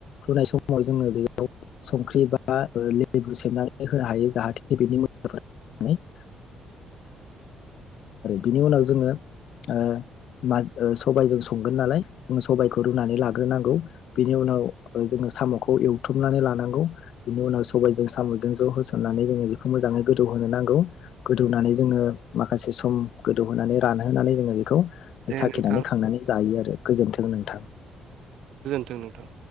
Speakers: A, on the left; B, on the right.
A: <unintelligible> बा लेबु सेबनानै होनो हायो जाहाथे बेफोरनि <inaudible> बिनि उनाव जोङो ओ सबायजों संगोन नालाय जोङो सबायखौ रुनानै लाग्रोनांगौ बिनि उनाव जोङो साम'खौ एवथुमनानै लानांगौ बिनि उनाव सबायजों साम'जों ज' होसननानै जोङो बेखौ मोजाङै गोदौहोनो नांगौ, गोदौनानै जोङो माखासे सम गोदौहोनानै रानहोनानै जोङो बेखौ
B: दे
A: साखिनानै
B: नोंथां
A: खांनानै जायो आरो गोजोनथों नोंथां।
B: थों नोंथां।